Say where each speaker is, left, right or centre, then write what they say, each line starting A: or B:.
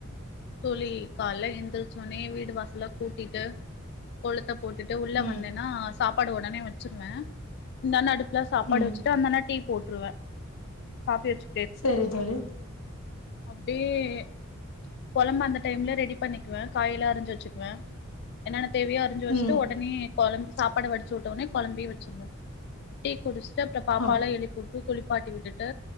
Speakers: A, on the left; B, on the left.
A: தோழி கால்ல எந்திரிச்சோனே வீடு வாசல்லா கூட்டிட்டு கோலத்த போட்டுட்டு உள்ள
B: ம்
A: வந்தேனா சாப்பாடு உடனே வச்சிருவே இந்தான அடுப்புல சாப்பாடு
B: ம்
A: வச்சி ட்டவந்தனா டீ போட்ருவ காபி வச்சு
B: சரி தோழி
A: அப்டே ஏ குழம்பு அந்த டைம்ல ரெடி பண்ணிக்குவ காயல்லா அறி்ஞ்சி வச்சுக்குவ என்னன்ன தேவையோ அரிஞ்சு வஸ்ட்டு
B: ம்
A: உடனே குழம் சாப்பாட வடிச்சி உட்டோனே குழம்பையு வச்சுர்னு டீ குடிஸ்ட்டு அப்பறம் பாப்பாலா
B: அப்
A: எழுப்புட்டு குளிப்பாட்டி விட்டுட்டு